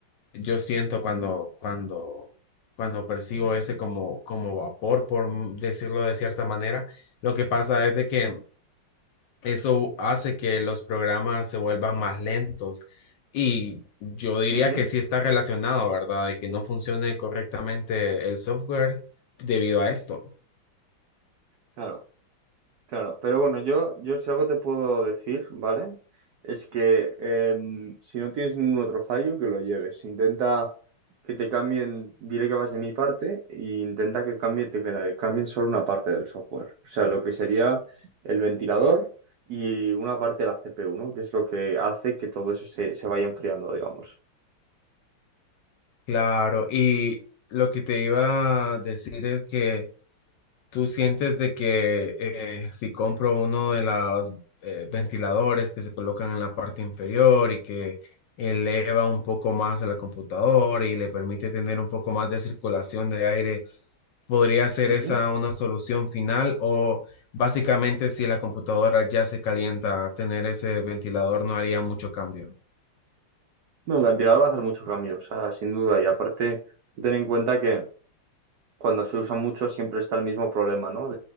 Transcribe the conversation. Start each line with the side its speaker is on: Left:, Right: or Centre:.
Left: yo siento cuando, cuando, cuando percibo ese como, como vapor, por m- decirlo de cierta manera, lo que pasa es de que eso hace que los programas se vuelvan más lentos. Y yo diría
Right: Ujú,
Left: que sí está relacionado, ¿verdad? De que no funcione correctamente el software debido a esto.
Right: claro. Claro, pero bueno, yo, yo si algo te puedo decir, ¿vale? Es que em, si no tienes ningún otro fallo, que lo lleves. Intenta que te cambien, diré que vas de mi parte, e intenta que cambie, te, que la- cambien solo una parte del software. O sea, lo que sería el ventilador y una parte de la CPU, ¿no? Que es lo que hace que todo eso se, se vaya enfriando, digamos.
Left: Claro, y lo que te iba a decir es que ¿Tú sientes de que eh, si compro uno de los eh, ventiladores que se colocan en la parte inferior y que eleva un poco más la computadora y le permite tener un poco más de circulación de aire, podría ser
Right: Ujú.
Left: esa una solución final? ¿O básicamente si la computadora ya se calienta, tener ese ventilador no haría mucho cambio?
Right: No, el ventilador va a hacer mucho cambio, o sea, sin duda. Y aparte, ten en cuenta que cuando se usa mucho siempre está el mismo problema, ¿no?